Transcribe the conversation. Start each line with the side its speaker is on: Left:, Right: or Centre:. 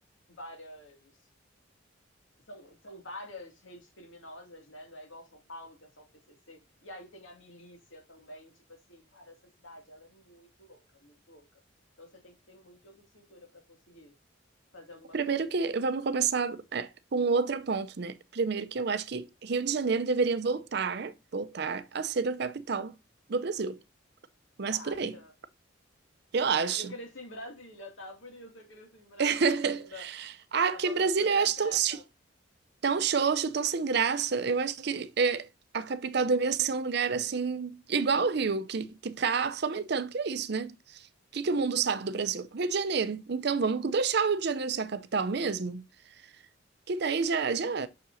Left: várias são, são várias redes criminosas, né? Não é igual São Paulo, que é só o PCC. E aí tem a milícia também. Tipo assim, cara, essa cidade, ela é muito louca, muito louca. Então você tem que ter muito jogo de cintura para conseguir fazer alguma
Right: Primeiro
Left: coisa.
Right: que
Left: Tipo,
Right: vamos começar é, com um outro ponto, né? Primeiro que eu acho que Rio de Janeiro deveria voltar, voltar a ser a capital do Brasil. Mas
Left: você acha?
Right: por aí. Eu acho.
Left: Ah, eu cresci em Brasília, tá? Por isso eu cresci em Brasília
Right: <laughs>
Left: ainda.
Right: Ah,
Left: Tá
Right: que
Left: falando
Right: Brasília
Left: com a pessoa
Right: eu acho
Left: certa.
Right: tão, chi- tão xoxo, tão sem graça. Eu acho que é, a capital deveria ser um lugar assim, igual o Rio, que, que tá fomentando, que é isso, né? que que o mundo sabe do Brasil? Rio de Janeiro. Então vamos deixar o Rio de Janeiro ser a capital mesmo? Que daí
Left: Pois
Right: já, já
Left: é.